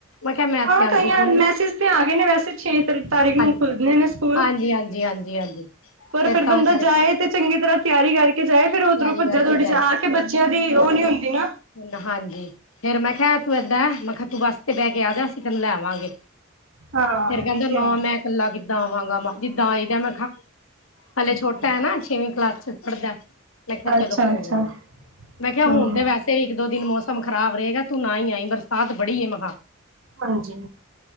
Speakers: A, on the left; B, on the right.
A: ਮੈਂ ਕਿਹਾ ਮੈਂ ਤੇ
B: ਹਾਂ,
A: ਆਂਦੀ
B: ਕਈਆਂ
A: ਕੋ
B: ਮੈਸਜ
A: ਨੀ
B: ਤੇ ਆ ਗਏ ਨੇ ਵੈਸੇ ਛੇ ਤਰ ਤਾਰੀਖ ਨੂੰ
A: ਹਾਂਜੀ
B: ਖੁੱਲਣੇ ਨੇ ਸਕੂਲ,
A: ਹਾਂਜੀ ਹਾਂਜੀ ਹਾਂਜੀ ਹਾਂਜੀ
B: ਪਰ
A: ਫਿਰ
B: ਫੇਰ
A: ਤਾਂ
B: ਬੰਦਾ
A: ਕਰਕੇ
B: ਜਾਏ ਤੇ ਚੰਗੀ ਤਰ੍ਹਾਂ ਤਿਆਰੀ ਕਰਕੇ ਜਾਏ, ਫਿਰ
A: ਤਿਆਰੀ
B: ਉੱਧਰੋਂ ਭੱਜਾ
A: ਕਰਕੇ
B: ਦੌੜੀ ਆ ਕੇ ਬੱਚਿਆਂ ਦੀ ਉਹ ਨੀ ਹੁੰਦੀ ਨਾ
A: ਨ ਹਾਂਜੀ। ਫੇਰ ਮੈਂ ਕਿਹਾ ਤੂੰ ਏਦਾਂ ਆ, ਮੈਂ ਕਿਹਾ ਤੂੰ ਬੱਸ ਤੇ ਬਹਿ ਕੇ ਆ ਜਾ, ਅਸੀਂ ਤੈਨੂੰ ਲੈ ਆਂਵਾਂਗੇ।
B: ਹਾਂ
A: ਫੇਰ ਕਹਿੰਦੇ
B: ਇਹ ਤੇ
A: ਨਾ
B: ਹੈ।
A: ਮੈਂ ਇਕੱਲਾ ਕਿੱਦਾਂ ਆਵਾਂਗਾ ਮਾ, ਜਿੱਦਾਂ ਆਈ ਦਾ ਮੈਂ ਖਾ। ਹਲੇ
B: ਹਾਂਜੀ
A: ਛੋਟਾ
B: ਹਾਂਜੀ,
A: ਐ ਨਾ, ਛੇਵੀਂ ਕਲਾਸ ਚ ਪੜ੍ਹਦੈ। ਮੈਂ ਕਿਹਾ ਚਲੋ
B: ਅੱਛਾ
A: ਕੋਈ
B: ਅੱਛਾ
A: ਗੱਲ ਨੀ। ਮੈਂ ਕਿਹਾ
B: ਹੂੰ।
A: ਹੁਣ ਤੇ ਵੈਸ ਤੇ ਇੱਕ-ਦੋ ਦਿਨ ਮੌਸਮ ਖ਼ਰਾਬ ਰਹੇਗਾ, ਤੂੰ ਨਾ ਹੀ ਆਈ। ਬਰਸਾਤ ਬੜੀ ਮ
B: ਹਾਂਜੀ।